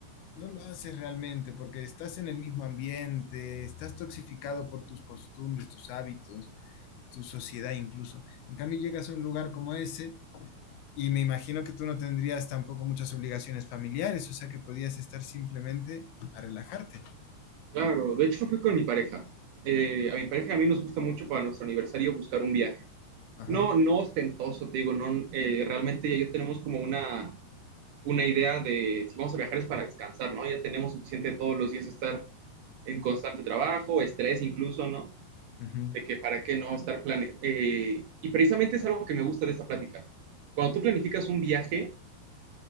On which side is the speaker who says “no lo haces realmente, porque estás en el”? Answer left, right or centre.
Left